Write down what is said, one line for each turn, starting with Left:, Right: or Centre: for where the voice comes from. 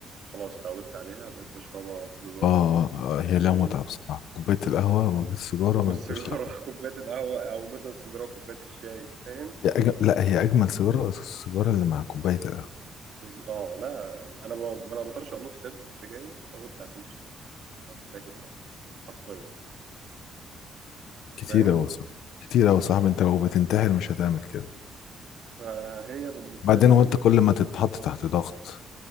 Right: خلاص اتعودت عليها بقيت بشربها طول الوقت
Left: اه آه، هي لها
Right: فاهم
Left: متعة بصراحة كوباية القهوة من غير سيجارة
Right: والسيجاره
Left: ما تبقاش لها طعم
Right: <laughs> كوبايه القهوه او مثلا السيجاره كوبايه الشاي فاهم
Left: هي أج... لا هي أجمل سيجارة السيجارة اللي مع كوباية القهوة
Right: بس اه لا انا ب... ما انا بطرشق نص علبه السجاير في اول ساعتين في الصبح كده مع كوبايه القهوه حرفيا
Left: كتير
Right: فاهم
Left: أوي صح كتير أوي يا صاحبي أنت لو بتنتحر مش هتعمل كده
Right: فهي بالنسبه
Left: بعدين
Right: لي
Left: وأنت كل ما تتحط تحت ضغط